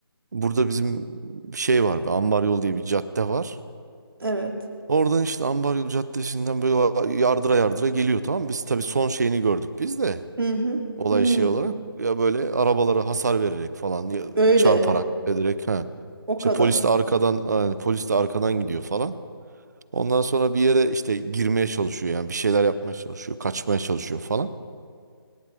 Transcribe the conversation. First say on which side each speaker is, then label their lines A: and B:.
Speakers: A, on the right (about 45°); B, on the right (about 70°).
A: burada bizim şey var bir ambar yol diye bir cadde var.
B: Evet.
A: Oradan işte ambar yol caddesinden böyle yardıra yardıra geliyor tamam mı? Biz tabii son şeyini gördük biz de
B: Hı hı.
A: olay
B: hı.
A: şey olarak ya böyle arabalara hasar vererek falan ya
B: Öyle.
A: çarparak ederek ha.
B: O
A: İşte
B: kadar.
A: polis de arkadan yani polis de arkadan gidiyor falan. Ondan sonra bir yere işte girmeye çalışıyor yani bir şeyler yapmaya çalışıyor, kaçmaya çalışıyor falan.